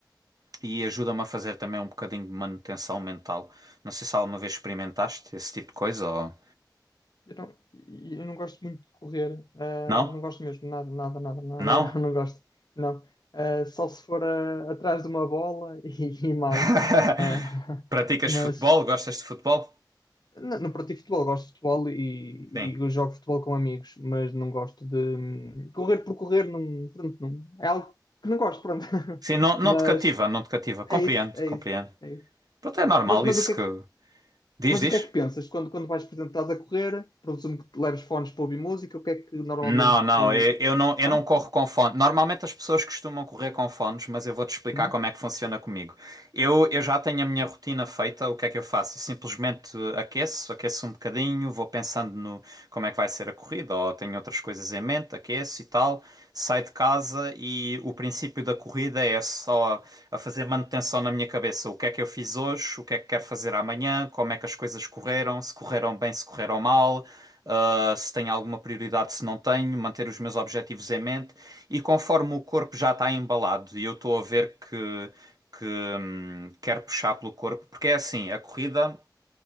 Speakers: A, on the right; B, on the left.
A: E ajuda-me a fazer também um bocadinho de manutenção mental. Não sei se alguma vez experimentaste esse tipo de coisa ou.
B: Eu não, e eu não gosto muito de correr, ah,
A: Não?
B: não gosto mesmo, nada, nada, nada, não,
A: Não?
B: não, <laughs> não gosto, não. Ah, só se for ah, atrás de uma bola <laughs> e, e mal.
A: <laughs>
B: Ah,
A: Praticas
B: <laughs> mas.
A: futebol? Gostas de futebol?
B: Não, não pratico futebol, gosto de futebol e,
A: Sim.
B: e jogo futebol com amigos, mas não gosto de hum, correr por correr, não, pronto, não, é algo que não gosto, pronto. <laughs>
A: Sim, não, não
B: Mas
A: te cativa, não te cativa.
B: é
A: Compreendo,
B: isso, é
A: compreendo.
B: isso, é isso.
A: Pronto, é normal
B: Mas, mas
A: isso
B: o que é
A: que.
B: que,
A: Diz,
B: mas
A: diz?
B: o que é que pensas quando, quando vais, por exemplo, estás a correr, presumo que te leves fones para ouvir música, o que é que normalmente.
A: Não, não, eu, eu não, eu
B: Não?
A: não corro com fones. Normalmente as pessoas costumam correr com fones, mas eu vou-te explicar
B: Uhum.
A: como é que funciona comigo. Eu, eu já tenho a minha rotina feita, o que é que eu faço? Eu simplesmente aqueço, aqueço um bocadinho, vou pensando no como é que vai ser a corrida, ou tenho outras coisas em mente, aqueço e tal, saio de casa e o princípio da corrida é só a fazer manutenção na minha cabeça. O que é que eu fiz hoje, o que é que quero fazer amanhã, como é que as coisas correram, se correram bem, se correram mal. Uh, se tenho alguma prioridade, se não tenho, manter os meus objetivos em mente. E conforme o corpo já está embalado e eu estou a ver que, que hum, quer puxar pelo corpo, porque é assim, a corrida,